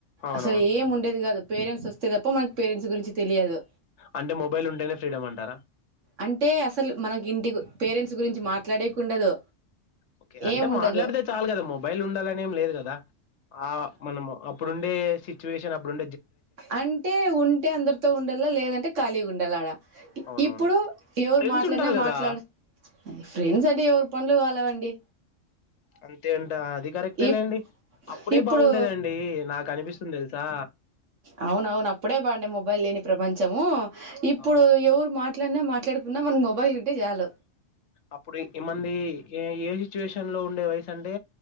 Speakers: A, on the left; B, on the right.
A: అవునవును
B: అసలు ఏం ఉండేది కాదు పేరెంట్స్ వస్తే తప్ప మనకి పేరెంట్స్ గురించి తెలియదు
A: అంటే మొబైల్ ఉంటేనే ఫ్రీడమ్ అంటారా
B: అంటే అసలు మనకి ఇంటి గు పేరెంట్స్ గురించి మాట్లాడేకుండదు
A: ఓకే అంటే
B: ఏం ఉండదు
A: మాట్లాడితే చాలు కదా, మొబైల్ ఉండాలనేం లేదు గదా ఆ మనము అప్ ప్పుడుండే స్ చువేషన్ అప్పుడుంన్
B: అంటే ఉంటే అందరితో ఉండాల్ల లేదంటే ఖాళీగా ఉండాలి ఆడ
A: అవునవును
B: ఇప్పుడు ఎవరు
A: ఫ్రెండ్స్
B: మాట్లాడినా
A: ఉంటారు కదా
B: మాట్లాడ ఫ్రెండ్ అంటె ఎవరు పండ్లు వాలవండి
A: అంతేఅంటావా అది కరెక్టే
B: ఈ
A: లేండి అప్పుడే
B: ఇప్పుడు
A: బావుండేదండి నాకనిపిస్తుంది తెల్స్ సా
B: అవున అవును అప్పుడే బాగుండే మొబైల్ లేని ప్రపంచము ఇప్పుడు
A: అవును
B: ఎవరు మాట్ ట్లన్న మాట్లాడుకున్నా మనకు మొబైల్ ఉంటే చాలు
A: అప్పుడే ఇమ్మంది ఏ సిచువేషన్ లో ఉండే వయసంటే